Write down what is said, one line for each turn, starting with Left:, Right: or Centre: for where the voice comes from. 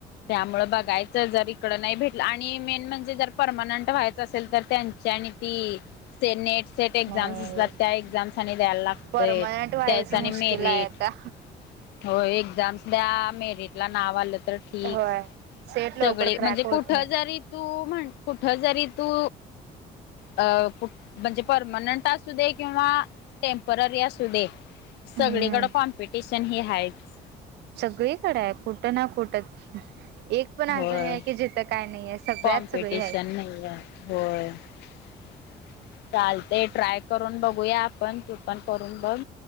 Left: त्यामुळे बघायचं जरी इकड नाही भेटलं आणि मेन म्हणजे जर परमनंट व्हायचं असेल तर त्यांची आणि ती नेट सेट एक्झाम्स
Right: नाही
Left: असतात त्या एक्झाम्स आणि द्यायला लागत
Right: परमनंट व्हायचं
Left: त्याचा
Right: मुश्किल
Left: आणि मेरिट
Right: आहे आता.
Left: हो एक्झाम्स द्या मेरिट ला नाव आलं तर ठीक.
Right: होय सेट लवकर
Left: सगळे
Right: क्रॅक
Left: म्हणजे
Right: होत
Left: कुठ
Right: नाही.
Left: जरी तू म्ह कुठ जरी तू अ म्हणजे परमनंट असू दे किंवा टेम्पररी असू दे
Right: हम्म
Left: सगळीकडे कॉम्पिटिशन हे हायच
Right: सगळीकडे आहे कुठं ना कुठं एक पण
Left: होय
Right: अस नाही आहे की जिथं काय नाही आहे सगळ्यात
Left: कॉम्पिटिशन
Right: सगळी आहेत
Left: नाही होय <inaudible> चालते ट्राय करून बघूया आपण तू पण करून बघ